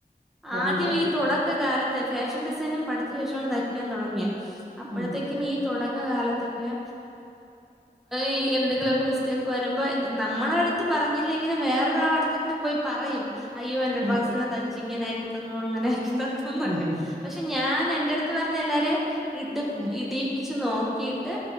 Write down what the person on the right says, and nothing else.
പറഞ്ഞിക്കണ്
ആ
ഉം
ഉം
ഉം ഉം